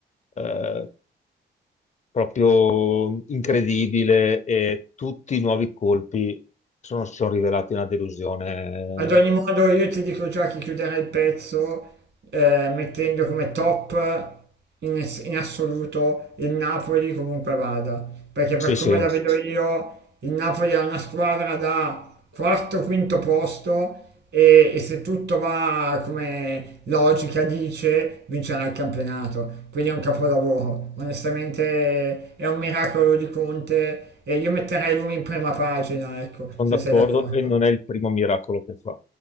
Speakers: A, on the left; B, on the right.
A: eh, proprio incredibile e tutti i nuovi colpi sono- si sono rivelati una delusione.
B: Ad ogni modo io ti dico già che chiuderei il pezzo eh, mettendo come top in, ass- in assoluto il Napoli comunque vada, perché
A: Sì,
B: per come
A: sì.
B: la vedo io il Napoli è una squadra da quarto, quinto posto e, e se tutto va come logica dice vincerà il campionato, quindi è un capolavoro, onestamente è un miracolo di Conte e io metterei lui in prima pagina, ecco,
A: Sono
B: se
A: d'accordo
B: sei d'accordo.
A: e non è il primo miracolo che fa.